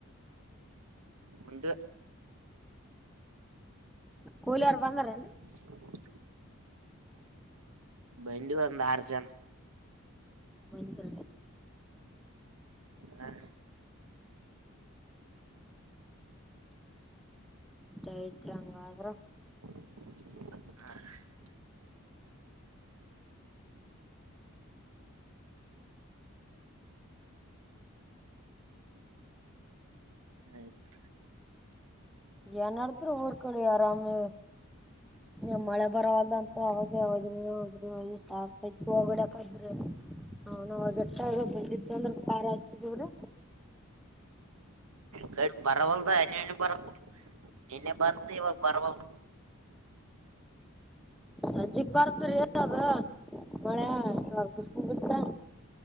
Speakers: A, on the right; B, in the centre.
A: ಮುಂದ
B: ಕೂಲಿಯಾರರು ಬಂದಾರೇ
A: <unintelligible> ಬ ಬಧ ಆರ್ಜ
B: ಒಂದು
A: ಹಾ
B: ಯತ್ ಹಂಗಾದ್ರ
A: ಹ ಆಯ್ತು
B: ಏನಡತರ ಊರ್ ಕಡೆ ಆರಾಮೇ ನೀ ಮಳೆ ಬರಲ್ಲ ಅಂತ ಅವಾಗ ಯಾವದ್ರಿದ್ರಿ ಸಾಕತ್ ಹೋಗಬಿಡಕಾದ್ರಿ ಹ ನಾವ ಎಟ್ಟ ಬಂದಿತ್ತು ಅಂದ್ರೆ ಖಾರ ಆತಿದಡ
A: ಕ ಬರವಲ್ದ ಅಣಣ ಬರ ನಿನ್ನೆ ಬಂತ ಇವಾಗ ಬರವಲ್
B: ಸಜ್ಜಿಕ್ ಬರ್ತ್ ರೀದು ಮಳೆ ಇ ಬಿಸಕೊಂಡ ಬತ್ತ